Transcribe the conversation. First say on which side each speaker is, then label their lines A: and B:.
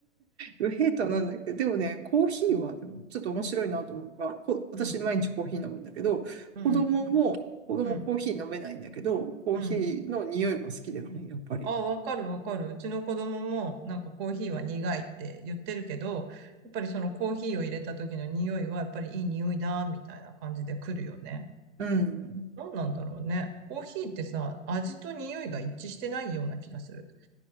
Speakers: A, on the right (about 55°); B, on the right (about 25°).
A: ウヘーターなんだけど、でもね、コーヒーはでもちょっと面白いなと思うのが、
B: うん、
A: こ私毎日コーヒー飲むんだけど、
B: うん、う
A: 子供も、子供コーヒー飲めないんだけど、
B: ん、
A: コーヒーの匂いが好きだよね、
B: うん。
A: やっぱり。
B: ああ、わかるわかる。うちの子供もなんかコーヒーは苦いって言ってるけど、やっぱりそのコーヒーを入れた時の匂いはやっぱりいい匂いだ、みたいな感じで来るよね。
A: うん。
B: 何なんだろうね。コーヒーってさ、味と匂いが一致してないような気がする。